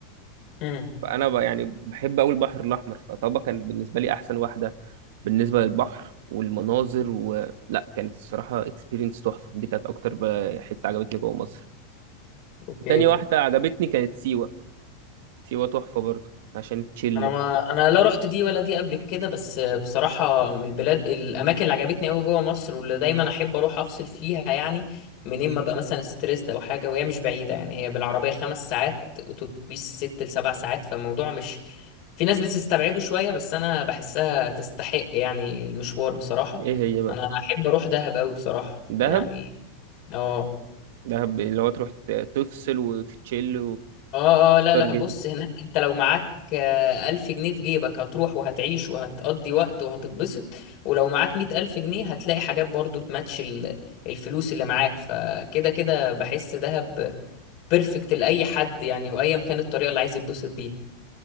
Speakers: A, on the left; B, on the right.
A: امم
B: فانا ب- يعني بحب قوي البحر الاحمر فطبعا كانت بالنسبه لي احسن واحده بالنسبه للبحر والمناظر و... لا كانت الصراحه اكسبيرينس تحفه دي كانت اكتر ب- حته عجبتني جوه مصر
A: اوكي
B: تاني واحده عجبتني كانت سيوه سيوة تحفة برضو عشان تشيل
A: انا ما انا لا رحت دي ولا دي قبل كده بس بصراحه من البلاد الاماكن اللي عجبتني قوي جوه مصر واللي دايما احب اروح افصل فيها يعني منين ما ابقى مثلا ستريسد او حاجه وهي مش بعيده يعني هي بالعربيه خمس ساعات اتوبيس ست لسبع ساعات فالموضوع مش في ناس بتستبعده شويه بس انا بحسها تستحق يعني المشوار بصراحه
B: ايه هي بقى
A: انا احب اروح دهب قوي بصراحه يعني
B: دهب
A: اه
B: دهب اللي هو تروح ت- تفصل وتتشيل
A: اه اه لا
B: وستار
A: لا بص هناك انت لو معاك آه، ألف جنيه في جيبك هتروح وهتعيش وهتقضي وقت وهتتبسط ولو معاك مية ألف جنيه هتلاقي حاجات برضو تماتش ال- الفلوس اللي معاك فكده كده بحس دهب بيرفكت لأي حد يعني وأيا كانت الطريقة اللي عايز يتبسط بيها